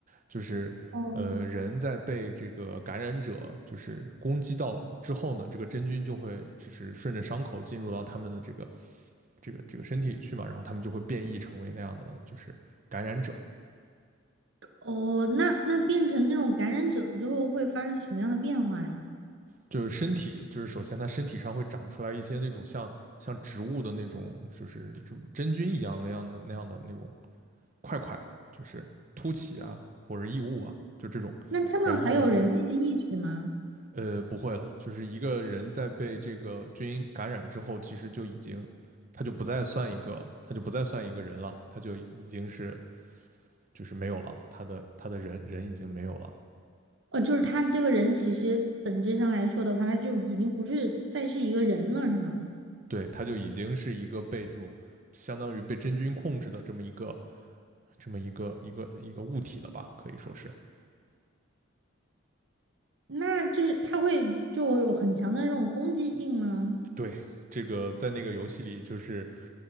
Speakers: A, on the right; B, on the right.
A: 就是呃人在被这个感染者就是攻击到之后呢，
B: 哦，
A: 这个真菌就会就是顺着伤口进入到他们的这个这个这个身体里去嘛，然后他们就会变异成为那样的就是感染者。
B: 哦，那那变成那种感染者之后会发生什么样的变化呀？
A: 就是身体，就是首先它身体上会长出来一些那种像像植物的那种，就是真真菌一样那样的那样的那种块块，就是凸起啊或者异物啊，就这种。
B: 那他们还有人类的意识吗？
A: 然后呃不会了，就是一个人在被这个菌感染之后，其实就已经他就不再算一个，他就不再算一个人了，他就已经是就是没有了，他的他的人人已经没有了，
B: 哦，就是他这个人其实本质上来说的话，他就已经不是再是一个人了，是吗？
A: 对，他就已经是一个被这种相当于被真菌控制的这么一个这么一个一个一个物体了吧，可以说是
B: 那就是他会就有很强的那种攻击性吗？
A: 对。这个在那个游戏里，就是